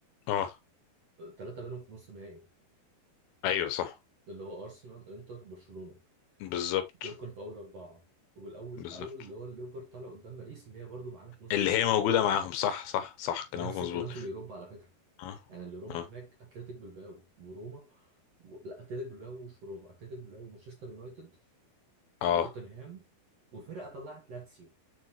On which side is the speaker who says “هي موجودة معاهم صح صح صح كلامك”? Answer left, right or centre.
Left